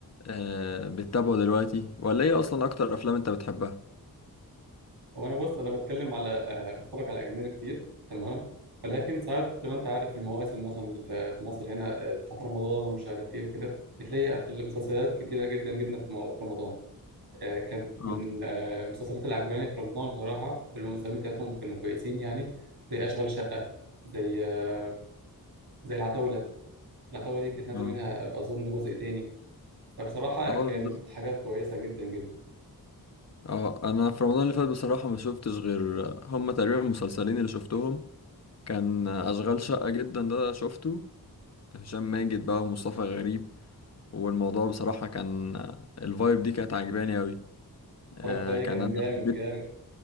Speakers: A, on the left; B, on the right.
A: آه بتتابعه دلوقتي ولا ايه اصلا اكتر افلام انت بتحبها
B: هو أنا بص أنا بتكلم على آه، بتفرج على أجنبي كتير تمام ولكن ساعات زي ما أنت عارف المواسم مثلا اللي في في مصر هنا آه، بتاعت رمضان ومش عارف إيه وكده بتلاقي في المسلسلات كتيرة جدا جدا في مو- في رمضان آه، كانت
A: اه
B: من آه، المسلسلات اللي عجباني في رمضان بصراحة والممثلين بتاعتهم كانوا كويسين يعني زي أشغال شقة زي آه، زي العتاولة العتاولة دي كانت نازل
A: اه
B: منها آه، أظن جزء تاني فبصراحة
A: اه
B: كانت
A: بالظبط
B: حاجات كويسة جدا جدا
A: اه انا في رمضان اللي فات بصراحة ما شفتش غير هما تقريبا المسلسلين اللي شفتهم كان اشغال شقة جدا ده شفته هشام ماجد بقى ومصطفى غريب والموضوع بصراحة كان الفايب دي كانت عجباني قوي آه
B: اتفرجت عليه
A: كان
B: كان
A: انا
B: جامد
A: حبيت
B: جامد